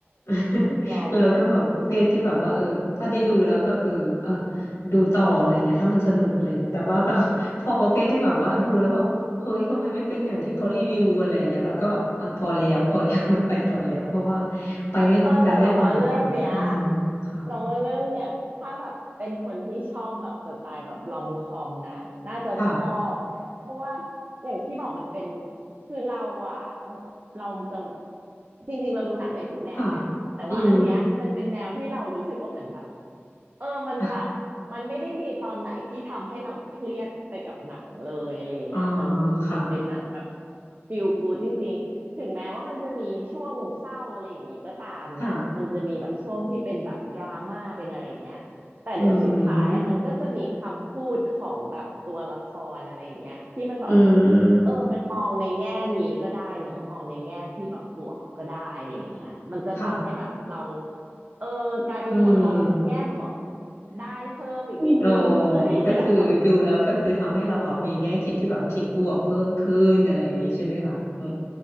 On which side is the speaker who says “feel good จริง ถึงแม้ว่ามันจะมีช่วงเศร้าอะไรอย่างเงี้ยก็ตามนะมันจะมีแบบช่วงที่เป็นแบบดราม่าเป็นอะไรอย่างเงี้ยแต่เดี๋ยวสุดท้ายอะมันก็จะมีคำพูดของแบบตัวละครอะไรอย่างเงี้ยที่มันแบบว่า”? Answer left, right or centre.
Right